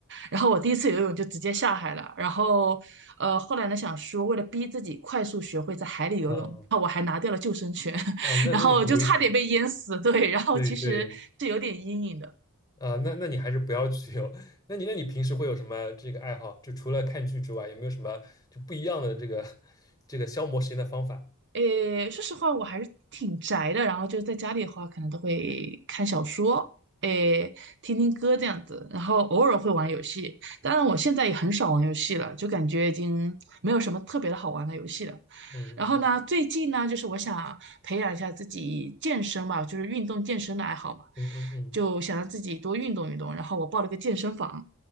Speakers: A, on the right; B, on the left.
A: 然后我第一次游泳就直接下海了。然后，呃，后来呢想说为了逼自己快速学会在海里游泳，
B: 嗯
A: 然后我还拿掉了救生圈，
B: 嗯，
A: <laughs>
B: 那那你很危险。
A: 然后就差点被淹死。对，然后其实是有点阴影的。
B: 对对。啊，那那你还是不要去游。<laughs> 那你那你平时会有什么这个爱好？就除了看剧之外，有没有什么就不一样的这个 <laughs> 这个消磨时间的方法？
A: 诶，说实话，我还是挺宅的。然后就是在家里的话，可能都会看小说，诶，听听歌这样子。然后偶尔会玩游戏，当然我现在也很少玩游戏了，就感觉已经没有什么特别的好玩的游戏了。
B: 嗯嗯
A: 然后呢，最近呢，就是我想培养一下自己健身吧，就是运动健身的爱好嘛，
B: 嗯嗯嗯嗯。
A: 就想让自己多运动运动。然后我报了个健身房，